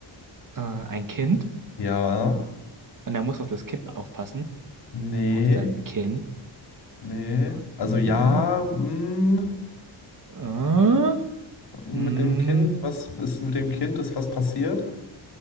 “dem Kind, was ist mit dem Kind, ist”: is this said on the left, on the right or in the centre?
Left